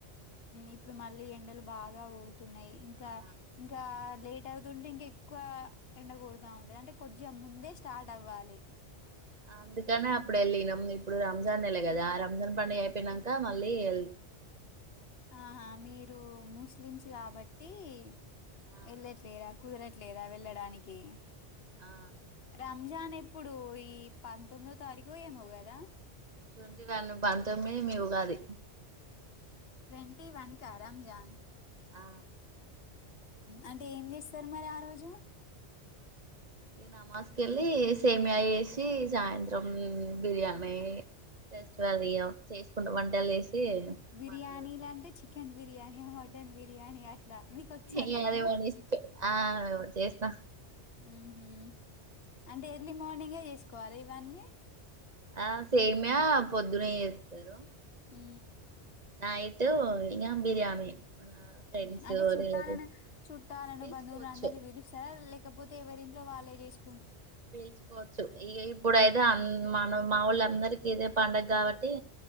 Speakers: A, on the left; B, on the right.
A: ఇప్పుడు మళ్ళీ ఎండలు బాగా కూడుతున్నాయి ఇంకా
B: ఆ
A: ఇంకా లేట్ అవుతుంటే ఇంకా ఎక్కువ ఎండ కొడుతా ఉంటది అంటే కొద్దిగా ముందే స్టార్ట్ అవ్వాలి
B: అందుకనే అప్పుడు వెళ్ళినం ఇప్పుడు రంజాన్ వెళ్ళ కదా ఆ రంజాన్ పండుగ అయిపోయినాక మళ్ళీ వె
A: ఆహా మీరు ముస్లిమ్స్ కాబట్టి టి
B: ఆ
A: ఎల్లట్లేద కుదరట్లేదా వెళ్ళడానికి
B: ఆ
A: రంజానే ఇప్పుడు ఈ పంతొమ్మిదో తారీఖు ఏమో కదా
B: చూడి వెన్న బతుకమ్మే మీ ఉగాది
A: ట్వంటీ వన్ కా రంజాన్
B: ఆ
A: అంటే ఏం చేస్తారు మరి ఆ రోజు
B: నమాజ్కిెళ్ళి సేమియా వేసి సాయంత్రం బిర్యానీ ఫెస్టివల్ ఇగ చేసుకుంటా వంటలు చేసి
A: బిర్యానీలా
B: మనలు
A: అంటే చికెన్ బిర్యానీ మటన్ బిర్యానీ అట్లా మీకొచ్చా
B: ఇగ
A: చెయడం
B: అది మన ఇష్టం ఆ చేస్తా
A: ఉహు అంటే ఎర్లీ మార్నింగే చేసుకోవాలి ఇవన్నీ
B: ఆ సేమయా పొద్దున చేస్తారు
A: ఉ
B: నైటు ఇగ బిర్యానీ మన ఫ్రెండ్స్
A: మ్మ్ అంటే చుట్టాలను
B: రిలేటివ్స్
A: చుట్టాలను
B: పిలుచుకోవచ్చు
A: బంధువులు అందలిని పీలుస్తారా లేకపోతే ఎవరి ట్లో వాళ్ళే చేస్
B: పిలుచుకోవచ్చు ఇగా ఇప్పుడయితే అన్ మన మా ఊళ్ళో అందరికి ఇదే పండగ కాబట్టి